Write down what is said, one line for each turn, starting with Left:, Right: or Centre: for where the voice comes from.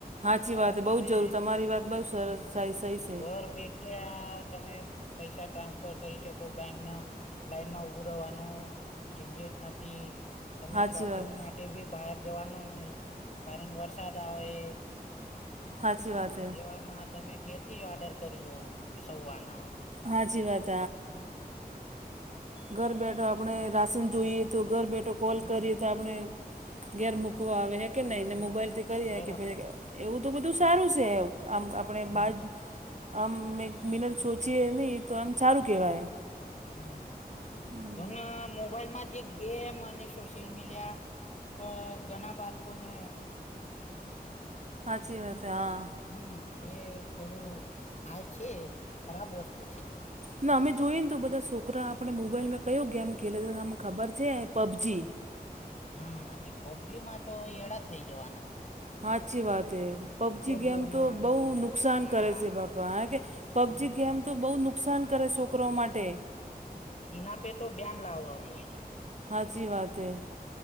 Right: હાચી
Left: કારણ
Right: વાત હે
Left: તમે
Right: બહુ જ જરૂર તમારી વાત બહુ સરસ
Left: હમ
Right: સહી સહી છે
Left: ઘર બેઠ ત્યાં તમે પૈસા ટ્રાન્સફર કરી શક્યો બેંકમાં, લાઈનમાં ઉભુ દવાનો ઝંઝટ નથી તમે
Right: હાચી
Left: શપિંગ
Right: વાત
Left: માટે- ભી બહાર જવાનો નહી. કારણ વરસાદ આવે.
Right: સાાચી વાત હ.
Left: એવામાં તમે ઘેરથી જ ઓર્ડર કરી લો સૌવાના.
Right: હા, જી વાત
Left: હમ
Right: ઘર બેઠો આપણે રાશન જોઈએ
Left: હમ
Right: તો, ઘર બેઠો કોલ
Left: હમ
Right: કરીએ તો આપણે ઘેર મૂકવા આવેે કે
Left: હમ
Right: નહીને મોબાઈલથી કરીએ
Left: બરાબર
Right: કે પ એવું તો બધું સારું છે, આમ આપણે
Left: હમ
Right: બા આમ મે મિનટ સોચીએ નહીં, તો એમ સારું કહેવાય.
Left: હમ,
Right: હમ
Left: પણ મોબાઈલમાં જે ગેમ, અને સોશિયલ મીડિયા અ ઘણા બાળકોને
Right: સાાચી વાત, હા.
Left: હમ, તે થોડું આ છે, ખરાબ વસ્તુ છે તે.
Right: ના અમે જોઈએ ને, તો બધા છોકરા આપણે મોબાઈલમાં કયો ગેમ ખેલે, તમે ખબર છે પબજી.
Left: હા, તે પબજીમાં તો એડા થઈ જવા નથી.
Right: હાચી વાત હૈ. પબજી ગેમ
Left: જોરમાં
Right: તો બહુ
Left: બોલવાના
Right: નુકસાન કરે છે, બાપા, કારણ કે પબજી
Left: હમ
Right: ગેમ તો બહુ નુકસાન કરે, છોકરો માટે.
Left: એના પે તો બેન લાવવા જો હોય છે.
Right: હાચી વાત હૈં.